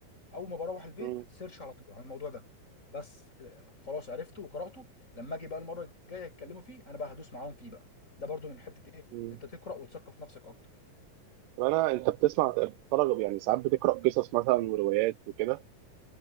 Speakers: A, on the left; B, on the right.
A: اول ما بروح البيت
B: مم.
A: سيرش على طول عن الموضوع ده بس آه، خلاص عرفته وقراته لما اجي بقى المره الجايه يتكلموا فيه انا بقى هدوس معاهم فيه بقى ده برضو من حته ايه
B: مم.
A: انت تقرا وتثقف نفسك اكتر
B: طب انا انت بتسمع بتتفرج يعني ساعات بتقرا قصص مثلا وروايات وكده